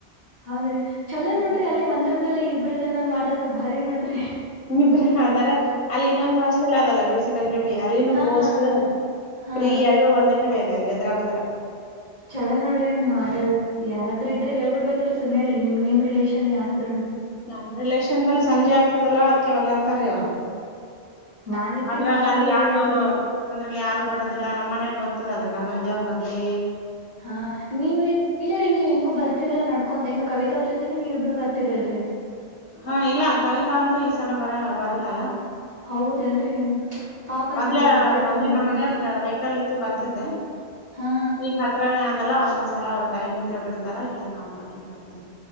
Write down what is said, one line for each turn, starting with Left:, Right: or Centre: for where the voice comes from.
Right: ಹೌದ್ರಿ ಚಲೋ
Left: ಹ್ಮ್
Right: ನೋಡ್ರಿ ಅಲ್ಲಿ ಒಂದ್ರ ಬಲ್ಲ ಇಬ್ರದನ ಮಾಡೋದ ಬಾರಿ ನೋಡ್ರಿ
Left: ಇಬ್ರ ಆದಾರ ಅಲ್ಲಿ ಇನ್ನೊಂದು ಹಾಸ್ಟೆಲ್ ಆದಲ್ಲ ಬಿ ಸಿ ಡಬ್ಲ್ಯೂ ಡಿ ಅಲ್ಲಿನ
Right: ಹಾ
Left: ಪೋಸ್ಟ್
Right: ಹಾ ಹಾ
Left: ಫ್ರೀ ಎರಡುೂ ಒಂದೇ ಕಡೆ ಇದೆ ಹೆದ್ರಾ ಬದ್ರ
Right: ಚೊಲ ನೋಡ್ರಿ ಹಂಗ ಮಾಡದು ಯಾರಾದ್ರರು ಇದ್ರೆ ಹೇಳ್ಬಿಡ್ಬೇಕಲ್ರ ಸುಮ್ನೆ ರಿ ನಿಮ್ ನಿಮ್ ರಿಲೇಷನ್ ಯಾರಾದ್ರುನು
Left: ನಮ್ ರಿಲೇಷನ್ಲ್ಲಿ ಸಂಜೆ ಆಗ್ತದಲ್ಲ ಅದ್ಕ ವಲ್ಲಂತಾರೀ ಅವರು
Right: ನಾನ್ ಇರ್ತೀನ್
Left: ಅದ್ರಾಗ
Right: ಬಾ ಅಂತ
Left: ಅಲ್ಲಿ
Right: ಹೇಳ್ಬೇಕ್ರಿ
Left: ಆಟೋ ಅಂದ್ರಲ್ಲಿ ಯಾರು ಬರೋದಿಲ್ಲ ನಮ್ಮ್ ಮನ್ಯಾಗ ಗೊತ್ತ ಇರ್ತದಲ್ರಿ ನಮ್ಮಂದೆವ್ರ ಮೊದಲೇ
Right: ಹಾ ನೀವ್ರೀ ಇಲ್ಲರೀ ನೀವ್ ಹೆಂಗು ಬರ್ತಿರಲ್ಲಾ ನಡ್ಕೊಂತ ಹೆಂಗು ಕವಿತಾ ಅವ್ರ ಜೊತೆನ ನೀವ ಇಬ್ರು ಬರ್ತಿರಲ್ರರಿ
Left: ಹಾ ಇಲ್ಲ ಕವಿತಾ ಅಂತೂ ಈ ಸಲ ಬರ ಬರಲ್ಲಲ್ಲ
Right: ಹೌದಲ್ರಿ ಪಾಪ
Left: ಮೊದ್ಲ
Right: ನೋಡ್ರಿ ಅವ್ರಿದ್ರೆ
Left: ಮೊದ್ಲ್
Right: ಚಲೋ ಇರ್ತಿತ್ರಿ
Left: ನಮ್ಮ್ ಮನೆಯವ್ರ ವೈಕಾಲ್ ಇತ್ತು ಬರ್ತಿದ್ದೆ
Right: ಹಾ
Left: ಈಗ ಹತ್ರನೇ ಆದದಲ್ಲ ಒಂದೊಂದ್ಸಲ ಅವ್ರ ಟೈಮ್ ಇದ್ರೆ ಬಿಡ್ತಾರ ಇಲ್ಲಾ ಅಂದ್ರ ನಾವ್ ಒಬ್ಬಕಿನೆ ಬರ್ತೀವಿ